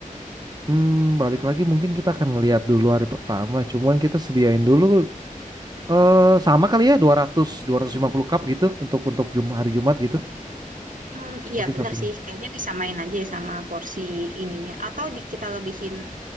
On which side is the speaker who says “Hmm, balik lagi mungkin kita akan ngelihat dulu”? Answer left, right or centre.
Right